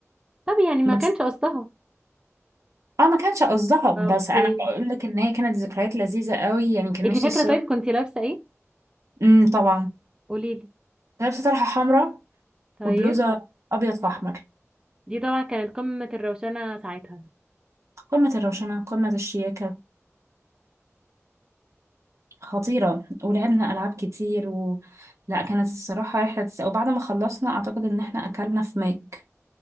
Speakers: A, on the right; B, on the right.
A: طب يعني ما
B: بس
A: كانش قصدها
B: آه ما كانش قصدها بس
A: اوكي
B: أنا بقول لك إن هي كانت ذكريات لذيذة قوي يعني كان
A: انتي
B: نفسي
A: فاكره
B: الصور
A: طيب كنتي لابسه ايه
B: امم طبعا
A: قولي لي
B: لابسة طرحة حمراء
A: طيب
B: وبلوزة أبيض في أحمر
A: دي طبعا كانت قمه الروشنه ساعتها
B: قمة الروشنة قمة الشياكة خطيرة ولعبنا ألعاب كتير و... لا كانت الصراحة رحلة تس... وبعد ما خلصنا أعتقد إن احنا أكلنا في ماك